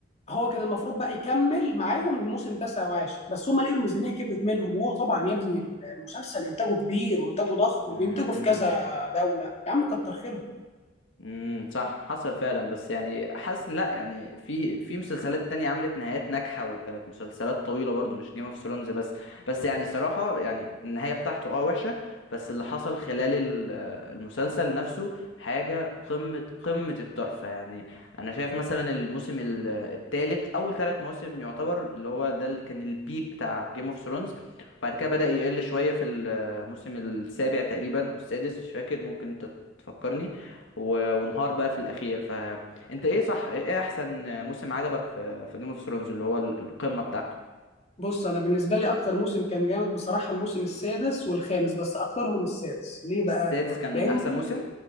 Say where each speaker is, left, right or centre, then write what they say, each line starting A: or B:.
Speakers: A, on the left; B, on the left.
A: هو كان المفروض بقى يكمل معاهم الموسم 19 بس هم لقوا الميزانية كبرت منهم وهو طبعا يا ابني المسلسل إنتاجه كبير وإنتاجه ضخم وبينتجوا
B: مم.
A: في كذا دولة يا عم كتر خيرهم
B: امم صح حصل فعلا بس يعني حاسس لا يعني في في مسلسلات تانية عملت نهايات ناجحة وكانت مسلسلات طويلة برضو مش جيم اوف ثرونز بس بس يعني صراحة يعني النهاية بتاعته اه وحشة بس اللي حصل خلال ال- المسلسل نفسه حاجة قمة قمة التحفة يعني انا شايف مثلا الموسم ال- التالت اول ثلاث مواسم يعتبر اللي هو ده اللي كان البيك بتاع جيم اوف ثرونز بعد كده بدأ يقل شوية في الموسم السابع تقريبا او السادس مش فاكر ممكن انت تفكرني و- وانهار بقى في الاخير فانت ايه صح ايه احسن موسم عجبك في في جيم اوف ثرونز اللي هو ال- القمه بتاعته
A: بص انا بالنسبه لي اكتر موسم كان جامد بصراحه الموسم السادس والخامس بس اكترهم السادس ليه بقى
B: السادس كان
A: لان
B: احسن موسم